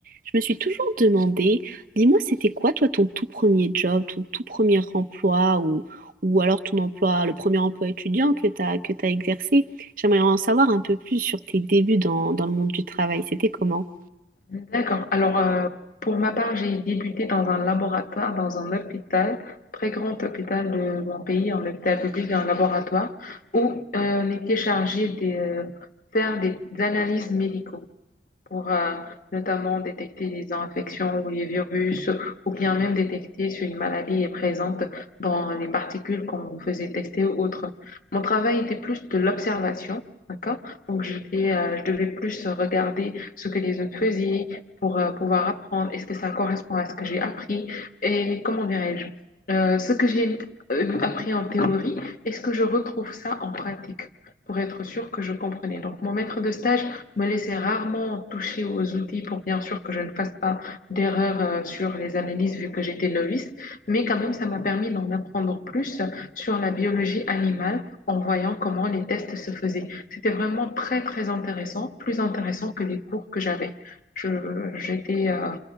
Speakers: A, on the right; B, on the left.
A: Je me suis toujours demandé, dis-moi, c'était quoi toi ton tout premier job, ton tout premier emploi ou, ou alors ton emploi, le premier emploi étudiant que t'as que t'as exercé? J'aimerais en savoir un peu plus sur tes débuts dans, dans le monde du travail. C'était comment?
B: D'accord. Alors, euh, pour ma part, j'ai débuté dans un laboratoire, dans un hôpital, très grand hôpital de mon pays, un hôpital public, un laboratoire, où euh, on était chargé de euh, faire des analyses médicaux pour euh, notamment détecter les infections ou les virus, ou bien même détecter si une maladie est présente dans les particules qu'on faisait tester ou autre. Mon travail était plus de l'observation, d'accord? Donc, je, devais, euh, je devais plus regarder ce que les autres faisaient pour euh, pouvoir apprendre. Est-ce que ça correspond à ce que j'ai appris? Et comment dirais-je? Euh, ce que j'ai euh, appris en théorie, est-ce que je retrouve ça en pratique? pour être sûr que je comprenais. Donc, mon maître de stage me laisser rarement toucher aux outils pour bien sûr que je ne fasse pas d'erreur euh, sur les analyses vu que j'étais novice, mais quand même ça m'a permis d'en apprendre plus sur la biologie animale en voyant comment les tests se faisaient. C'était vraiment très très intéressant, plus intéressant que les cours que j'avais. Je, j'étais euh,